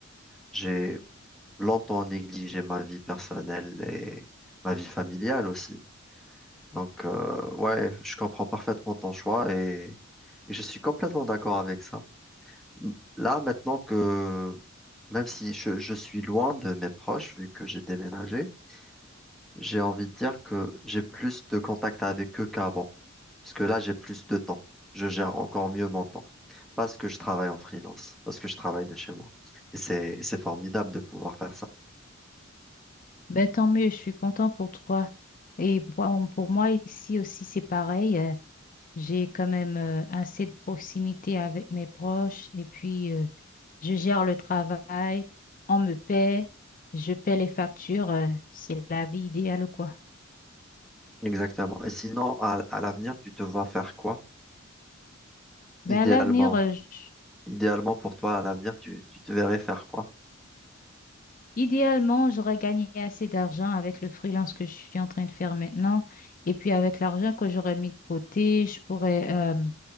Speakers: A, in the centre; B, on the left.
A: j'ai longtemps négligé ma vie personnelle et ma vie familiale aussi. Donc, euh, ouais, je comprends parfaitement ton choix et et je suis complètement d'accord avec ça. M- Là, maintenant que, même si je, je suis loin de mes proches, vu que j'ai déménagé, j'ai envie de dire que j'ai plus de contact avec eux qu'avant. Parce que là, j'ai plus de temps. Je gère encore mieux mon temps. Parce que je travaille en freelance, parce que je travaille de chez moi. Et c'est, c'est formidable de pouvoir faire ça.
B: Ben, tant mieux, je suis content pour toi. Et pour, pour moi ici aussi, c'est pareil. euh, J'ai quand même euh, assez de proximité avec mes proches et puis euh, je gère le travail, on me paie, je paie les factures, euh, c'est la vie idéale quoi.
A: Exactement. Et sinon, à, à l'avenir, tu te vois faire quoi?
B: Ben
A: Idéalement.
B: à l'avenir, euh, je-
A: Idéalement pour toi, à l'avenir, tu, tu te verrais faire quoi?
B: idéalement, j'aurais gagné assez d'argent avec le freelance que je suis en train de faire maintenant et puis avec l'argent que j'aurais mis de côté, je pourrais euh,